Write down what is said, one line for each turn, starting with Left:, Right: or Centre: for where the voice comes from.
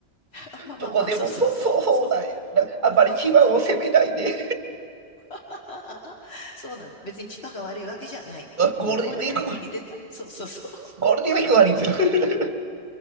Left: あ、まあまあまあ、
Right: どこでもそうそうそうない、
Left: そうそうそう、そう。
Right: なあんまり千葉を責めないで、
Left: まあ、そう、<laughs> そうなん、別に千葉が悪いわけじゃない。うん、
Right: ゴールデンウィーク、
Left: ゴールデンウィークに出た。そうそうそ
Right: ゴールデンウィークがありんですよ。<laughs>